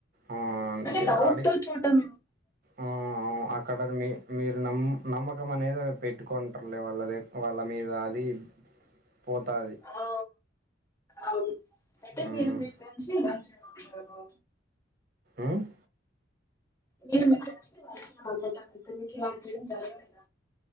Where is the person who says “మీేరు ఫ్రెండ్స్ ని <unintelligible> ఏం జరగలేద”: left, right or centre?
Left